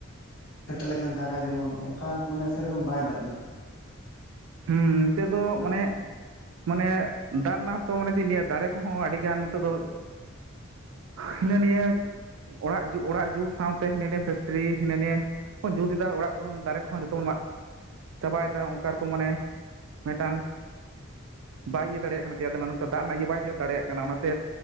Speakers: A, on the left; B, on the right.
A: ᱥᱮᱴᱮᱨ ᱞᱮᱠᱷᱟᱱ ᱫᱟᱜᱟᱭ ᱡᱮᱢᱚᱱ ᱚᱱᱠᱟ ᱢᱟᱱᱮ ᱥᱮᱨᱚᱠᱚᱢ ᱵᱟᱭ ᱫᱟᱜ ᱫᱟ᱾
B: ᱦᱮᱸ ᱱᱤᱛᱚᱜ ᱫᱚ ᱚᱱᱮᱼᱼ ᱢᱟᱱᱮ ᱫᱟᱜ ᱨᱮᱱᱟᱜ ᱦᱚᱸᱛᱚ ᱢᱟᱱᱮ ᱪᱮᱫ ᱤᱧ ᱞᱮᱭᱟ ᱫᱟᱨᱮ ᱠᱚᱦᱚᱸ ᱟᱹᱰᱤᱜᱟᱱ ᱱᱤᱛᱚᱜ ᱫᱚᱼᱼ ᱦᱤᱱᱟᱹ ᱱᱤᱭᱟᱹ, ᱚᱲᱟᱜ ᱚᱲᱟᱜ ᱡᱩᱜ ᱥᱟᱶᱛᱮ ᱦᱤᱱᱟᱹ ᱱᱤᱭᱟᱹ ᱯᱷᱮᱠᱴᱨᱤ ᱦᱤᱱᱟᱹ ᱱᱤᱭᱟᱹᱼᱼ ᱠᱚ ᱡᱩᱛ ᱫᱟ ᱚᱲᱟᱜ ᱠᱚ ᱫᱟᱨᱮ ᱠᱚᱦᱚᱸ ᱡᱚᱛᱚ ᱵᱚᱱ ᱢᱟᱜ ᱪᱟᱵᱟᱭ ᱫᱟ ᱚᱱᱠᱟᱼᱼ ᱠᱚᱢ ᱢᱟᱱᱮ ᱢᱮᱫᱴᱟᱝᱼᱼ ᱵᱟᱭ ᱤᱭᱟᱹ ᱫᱟᱲᱮᱭᱟᱜ ᱠᱟᱱᱟ ᱛᱮᱭᱟᱨᱱᱟ ᱱᱚᱝᱠᱟ ᱫᱟᱜ ᱨᱮᱭᱟᱜ ᱤᱭᱟᱹ ᱵᱟᱭ ᱛᱮᱭᱟᱨ ᱫᱟᱲᱮᱭᱟᱜ ᱠᱟᱱᱟ ᱚᱱᱟᱛᱮᱼᱼ